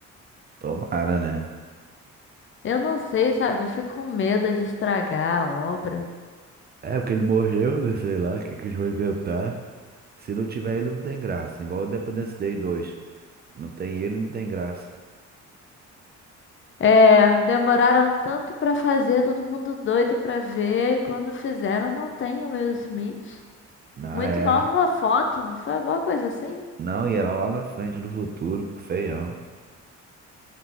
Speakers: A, on the right (about 35°); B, on the left (about 40°).
A: Tomara, né?
B: Eu não sei, sabe? Eu fico com medo de estragar a obra.
A: É, porque ele morreu, né, sei lá, o que que eles vão inventar. Se não tiver ele, não tem graça. Igual o Independence Day 2. Não tem ele, não tem graça.
B: É, demoraram tanto pra fazer, todo mundo doido pra ver, e quando fizeram não tem o Will Smith.
A: Não,
B: muito
A: é.
B: mal numa foto, não foi alguma coisa assim?
A: Não, e era lá na frente, no futuro, pô, feião.